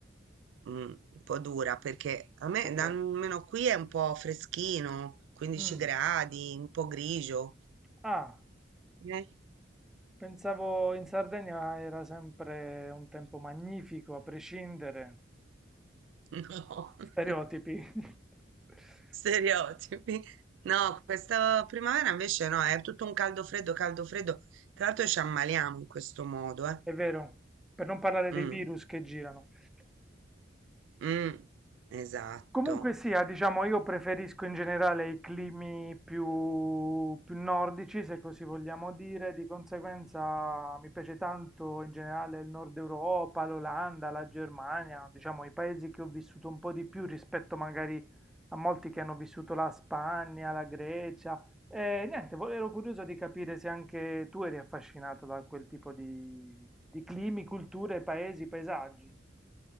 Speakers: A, on the right; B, in the centre.
A: mm, un po' dura perché a me,
B: Perché?
A: da- almeno qui è un po' freschino, 15
B: Mm.
A: gradi, un po' grigio.
B: Ah,
A: Eh?
B: pensavo in Sardegna era sempre un tempo magnifico, a prescindere.
A: No,
B: Stereotipi.
A: <laughs>
B: <laughs>
A: stereotipi. No, questa primavera invece no, è tutto un caldo freddo, caldo freddo. Tra l'altro ci ammaliamo in questo modo, eh.
B: È vero, per non parlare
A: Mm,
B: dei virus che girano.
A: mm, esatto.
B: Comunque sia, diciamo, io preferisco in generale i climi più, più nordici, se così vogliamo dire, di conseguenza mi piace tanto in generale il Nord Europa, l'Olanda, la Germania, diciamo i paesi che ho vissuto un po' di più rispetto magari a molti che hanno vissuto la Spagna, la Grecia. E niente, vo- ero curioso di capire se anche tu eri affascinata da quel tipo di, di climi, culture, paesi, paesaggi.